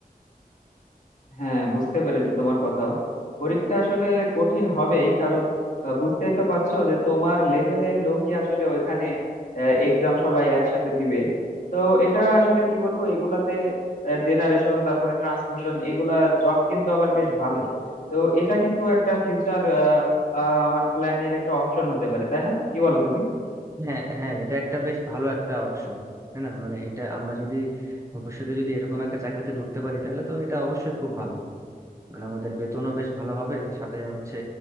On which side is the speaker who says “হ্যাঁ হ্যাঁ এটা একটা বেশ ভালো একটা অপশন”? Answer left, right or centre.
Right